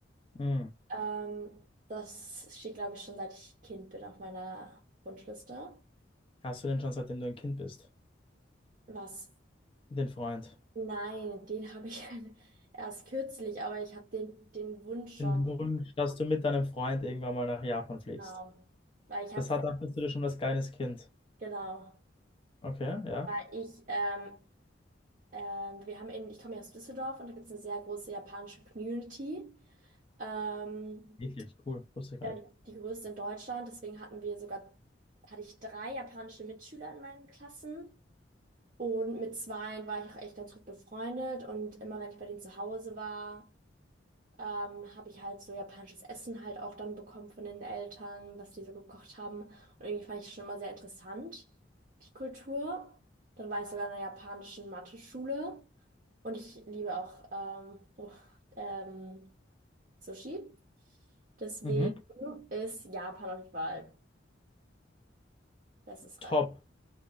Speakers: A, on the left; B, on the right.
A: Hm.
B: Ähm, das steht, glaube ich, schon seit ich Kind bin auf meiner Wunschliste.
A: Hast du denn schon, seitdem du ein Kind bist?
B: Was?
A: Den Freund.
B: Nein, den habe ich <laughs> erst kürzlich, aber ich habe den, den Wunsch schon,
A: Den Wunsch, dass du mit deinem Freund irgendwann mal nach Japan fliegst.
B: genau. Weil ich
A: Das
B: habe,
A: hat, dachtest du dir schon als kleines Kind.
B: genau,
A: Okay, ja.
B: weil ich ähm, Ähm, wir haben in, ich komme ja aus Düsseldorf und da gibt es eine sehr große japanische Community. Ähm,
A: Wirklich cool, wusste ich gar
B: ja,
A: nicht.
B: die, die größte in Deutschland. Deswegen hatten wir sogar, hatte ich drei japanische Mitschüler in meinen Klassen. Und mit zweien war ich auch echt ganz gut befreundet. Und immer wenn ich bei denen zu Hause war, ähm, habe ich halt so japanisches Essen halt auch dann bekommen von den Eltern, was die so gekocht haben. Und irgendwie fand ich schon immer sehr interessant, die Kultur. Dann war ich sogar in einer japanischen Mathe-Schule. Und ich liebe auch ähm, oh, ähm, Sushi. Deswegen
A: Mhm.
B: ist Japan auf jeden Fall bestes
A: Top.
B: Reisen.